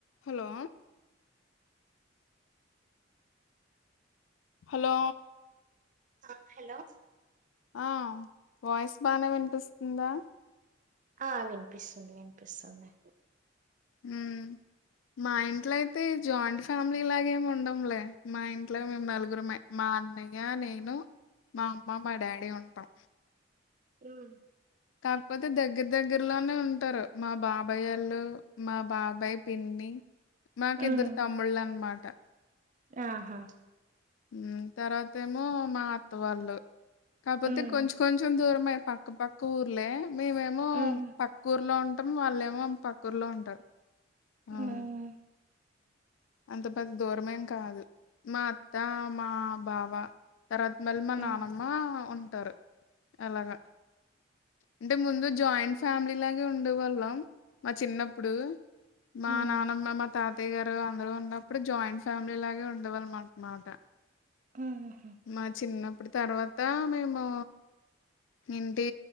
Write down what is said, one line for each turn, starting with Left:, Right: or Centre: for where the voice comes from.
Left: Hello hello
Right: ఆ hello
Left: ఆ voice బానే వినిపిస్తుందా
Right: ఆ వినిపిస్సుంది వినిపిస్సుంది
Left: హుమ్ మా ఇంట్లో అయితే జాయింట్ ఫ్యామిలీలాగేమి ఉండంలే మా ఇంట్లో మేము నలుగురమే మా అన్నయ్య నేను మా అమ్మ మా డాడీ ఉంటాం
Right: హ్మ్
Left: కాకపోతే దగ్గర దగ్గరలోనే ఉంటారు మా బాబాయ్ వాళ్ళు మా బాబాయ్ పిన్ని. మాకి
Right: ఉమ్
Left: ఇద్దరు తమ్ముళ్ళు అన్మాట
Right: ఆహా
Left: హ్మ్ తర్వాత ఏమో మా అత్త వాళ్ళు కాకపోతే
Right: ఉమ్
Left: కొంచెం కొంచెం దూరమే పక్క పక్క ఊర్లే మేమేమో
Right: ఉమ్
Left: పక్ కూర్లో ఉంటాం వాళ్ళేమో పక్కూర్లో ఉంటారు అవున్
Right: ఉమ్
Left: అంత పెద్ద దూరమేం కాదు మా అత్తా మా బావ తర్వాత మళ్ళీ మా
Right: ఉమ్
Left: నానమ్మ ఉంటారు అలాగా అంటే ముందు జాయింట్ ఫ్యామిలీ లాగే ఉండే వాళ్ళం మా చిన్నప్పుడు
Right: ఉమ్
Left: మా నానమ్మ ఏమో తాతయ్య గారు అందరూ ఉన్నప్పుడు జాయింట్ ఫ్యామిలీ లాగే ఉండేవాళ్ళం అనేమాట
Right: మ్మ్ హు హ్మ్
Left: మా చిన్నప్పుడు తర్వాత మేము ఇంటి